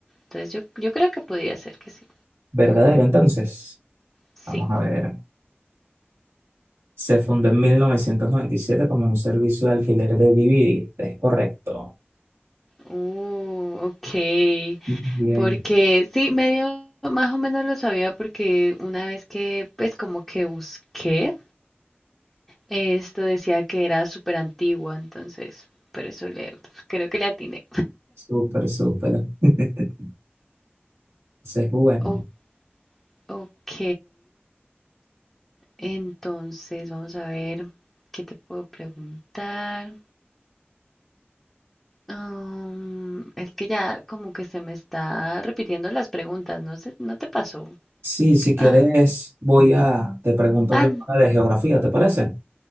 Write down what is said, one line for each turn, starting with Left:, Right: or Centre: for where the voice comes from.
Centre: Entonces yo, yo creo que podía ser que sí.
Right: Verdadero, entonces.
Centre: Sí.
Right: Vamos a ver. Se fundó en 1997 como un servicio de alquiler de DVD. Es correcto.
Centre: Uh, ok.
Right: Bien,
Centre: Porque sí, medio más o menos lo sabía porque una vez que pues como que busqué, esto decía que era súper antigua, entonces por eso le creo que le atiné.
Right: súper, súper. <laughs> Ese es bueno.
Centre: O- ok, entonces vamos a ver qué te puedo preguntar. Am, es que ya como que se me está repitiendo las preguntas, no sé, no te pasó.
Right: Sí, si quieres,
Centre: Ah,
Right: voy a, te pregunto
Centre: ah,
Right: yo ahora de geografía, ¿te parece?